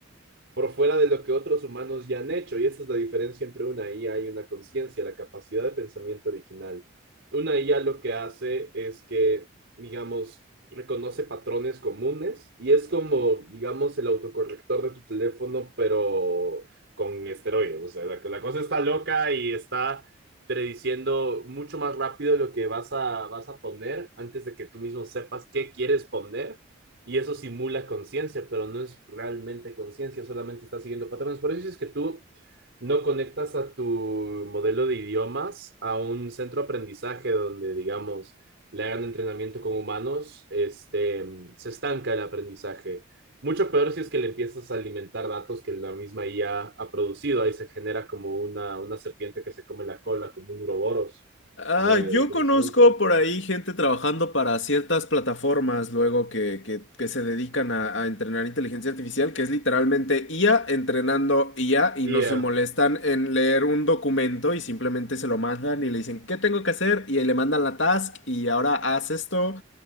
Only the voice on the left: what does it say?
Ah,
yo
conozco por ahí gente trabajando para ciertas plataformas luego que, que- que se dedican a, a entrenar inteligencia artificial, que es literalmente IA entrenando IA y
no
se molestan en leer un documento y simplemente se lo mandan y le dicen, ¿qué tengo que hacer? Y ahí le mandan la task y ahora haz esto.